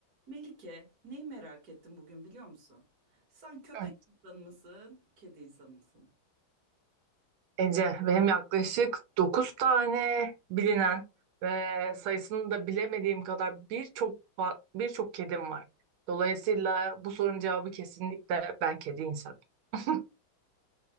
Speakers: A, on the right (about 50°); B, on the right (about 85°).
A: Melike, neyi merak ettim bugün biliyor musun? Sen köpek
B: Evet,
A: insanı mısın, kedi insanı mısın?
B: Ece, benim yaklaşık 9 tane bilinen ve sayısını da bilemediğim kadar birçok fa- birçok kedim var. Dolayısıyla bu sorunun cevabı kesinlikle ben kedi insanım. <laughs>